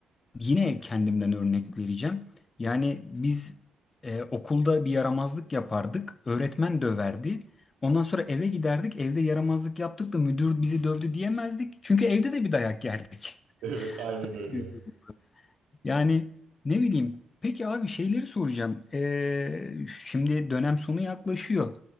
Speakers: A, on the left (about 35°); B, on the right (about 75°).
A: Yine kendimden örnek vereceğim. Yani biz e, okulda bir yaramazlık yapardık. Öğretmen döverdi. Ondan sonra eve giderdik. Evde yaramazlık yaptık da müdür bizi dövdü diyemezdik. Çünkü evde de bir dayak yerdik.
B: Evet aynen
A: <laughs>
B: öyle.
A: Yani ne bileyim. Peki abi şeyleri soracağım. Ee, şimdi dönem sonu yaklaşıyor.